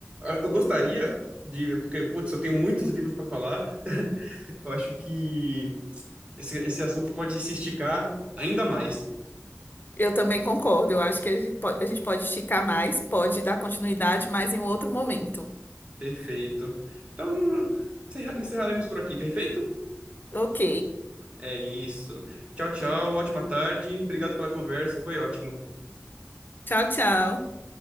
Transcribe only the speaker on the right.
Eu gostaria de, porque, putz, eu tenho muitos livros para falar. <laughs> Eu acho que esse, esse assunto pode se esticar ainda mais.
Perfeito. Então, encerra- encerraremos por aqui, perfeito?
É isso. Tchau, tchau. Ótima tarde. Obrigado pela conversa. Foi ótimo.